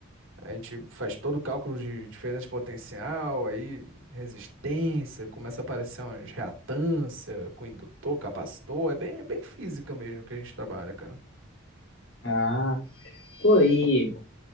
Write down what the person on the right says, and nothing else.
A gente faz todo o cálculo de diferença de potencial, aí resistência, começa a aparecer umas reatância com indutor, capacitor, é bem, é bem física mesmo que a gente trabalha, cara.